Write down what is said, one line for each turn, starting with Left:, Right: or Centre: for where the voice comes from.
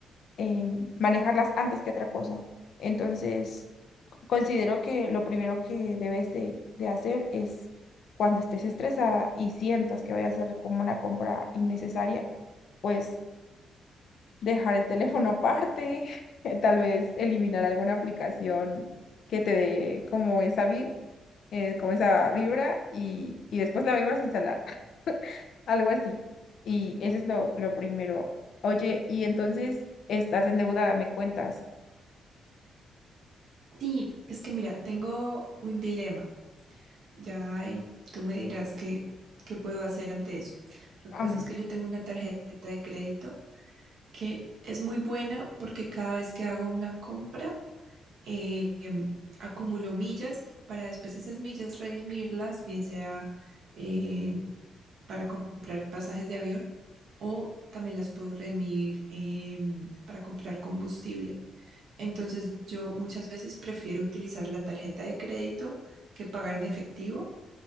Left: em, manejarlas antes que otra cosa. Entonces Considero que lo primero que debes de, de hacer es cuando estés estresada y sientas que vayas a hacer como una compra innecesaria, pues dejar el teléfono aparte, <laughs> tal vez eliminar alguna aplicación que te dé como esa vi- eh, como esa vibra y, y después la vuelvas a instalar, <laughs> algo así. Y ese es lo, lo primero. Oye, y entonces estás endeudada, me cuentas.
Right: Sí, es que mira, tengo un dilema, ya y tú me dirás qué, qué puedo hacer ante eso. Lo que
Left: Am,
Right: pasa es que yo tengo una tarjeta de crédito que es muy buena porque cada vez que hago una compra, eh, em, acumulo millas para después esas millas redimirlas, bien sea eh, para comprar pasajes de avión o también las puedo redimir em, para comprar combustible. Entonces yo muchas veces prefiero utilizar la tarjeta de crédito que pagar en efectivo,